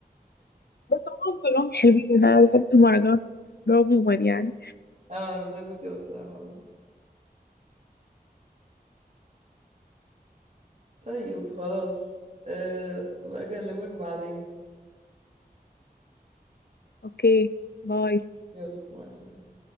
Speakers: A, on the left (about 80°); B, on the right (about 45°).
A: بس هم كلهم حلوين أنا بحب المهرجانات عموما يعني
B: اه أنا شايفة كده بصراحة طيب خلاص أه بكلمك بعدين
A: أوكي باي
B: يلا مع السلامة